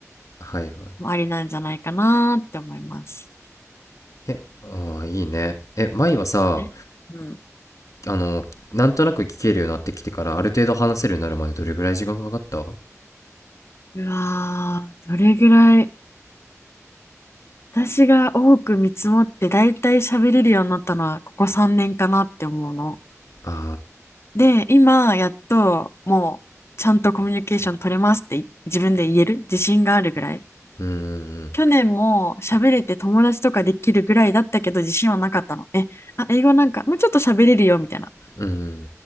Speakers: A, on the left; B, on the left.
A: はいはい
B: もありなんじゃないかなーって思います。
A: えああいいねえ舞はさ
B: ね。うん。
A: あのなんとなく聞けるようになってきてからある程度話せるようになるまでどれぐらい時間かかったあ
B: うわー、どれぐらい私が多く見積もってだいたい喋れるようになったのはここ3年かなって思うの。
A: あ
B: で、今やっともうちゃんとコミュニケーション取れますって自分で言える自信があるぐらい。
A: ーうん
B: 去年も喋れて友達とかできるぐらいだったけど自信はなかったの。え、あ、英語なんかもうちょっと喋れるよみたいな。
A: うんうんうん